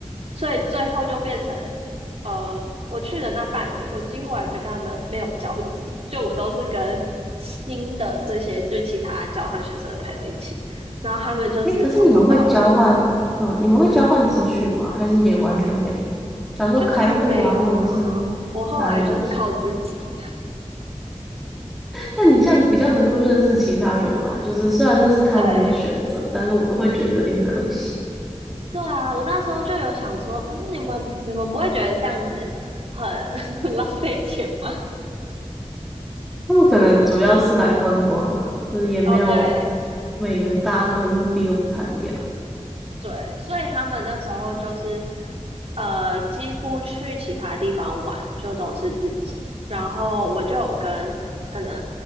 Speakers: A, on the right; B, in the centre.
A: 所以最后就变成，呃，我去的那半年，我几乎完全跟他们没有交集，就我都是跟新的这些就是其他交换学生的朋友一起，然后他们就是从头到尾
B: 诶，可是你们会交换，嗯，你们会交换资讯吗？还是也完全没有？假如说开户啊，
A: 就几乎没有啊，
B: 或者是
A: 我后来就是靠自己，
B: 哪里有但你这样比较能够认识其他人嘛？就是虽然那是他们的选择，
A: 对，
B: 但是我会觉得有点可惜。
A: 对啊，我那时候就有想说，嗯，你们你们不会觉得这样子很 <laughs> 很浪费钱吗？
B: 他们可能主要是来观光啦，就是也没有
A: 哦，对
B: 每个人大家的目的都不太一样。
A: 对，所以他们那时候就是呃，几乎去其他地方玩就都是自己，然后我就有跟可能